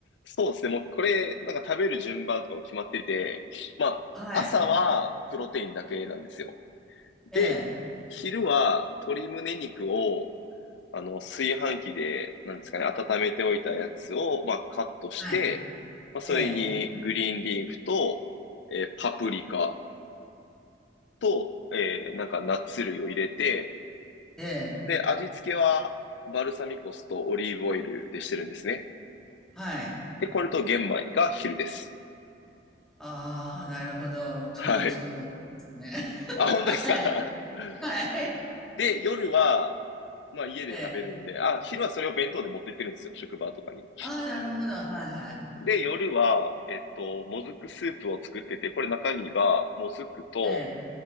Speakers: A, on the left; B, in the centre.
A: そうですね、もうこれ、なんか食べる順番とかも決まってて、まあ、
B: はい。
A: 朝はプロテインだけなんですよ。
B: ええ。
A: で、昼は鶏胸肉をあの、炊飯器で、なんですかね、温めておいたやつを、まあ、カットして、
B: はい。
A: まあ、それにグリーンリーフと、
B: ええ。
A: えーパプリカと、えーなんかナッツ類を入れて、
B: ええ。
A: で、味付けはバルサミコ酢とオリーブオイルでしてるんですね。
B: はい。
A: で、これと玄米が昼です。
B: ああ、なるほど。うちの息子と同じですね。
A: はい。あ、本当ですか
B: <laughs> はい。
A: <laughs>
B: はい。
A: で、夜は、まあ家で食べるんで、
B: ええ。
A: あ、昼はそれを弁当で持ってってるんですよ、職場とかに。
B: ああ、なるほど。はいはい。
A: で、夜は、えっと、もずくスープを作ってて、これ中身がもずくと、
B: ええ。